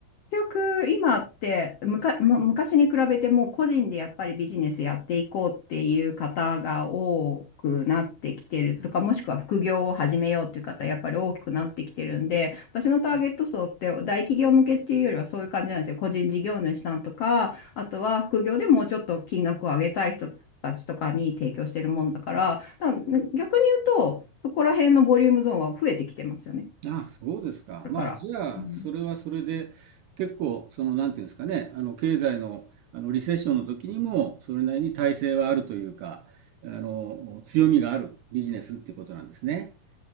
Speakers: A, on the left; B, on the right.
A: 局、今って、むか、む、昔に比べてもう個人でやっぱりビジネスやっていこうっていう方が多くなってきてるとか、もしくは副業を始めようっていう方、やっぱり大きくなってきてるんで、私のターゲット層って大企業向けっていうよりはそういう感じなんですよ。個人事業主さんとか、あとは副業でもうちょっと金額を上げたい人たちとかに提供してるもんだから、だから逆に言うと、そこら辺のボリュームゾーンは増えてきてますよね。こ
B: あ、そうですか。
A: れから。
B: まあ、じゃあ、
A: うん
B: それはそれで、結構、その、なんていうんですかね、あの、経済の、あの、リセッションの時にも、それなりに耐性はあるというか、あの、強みがあるビジネスっていうことなんですね。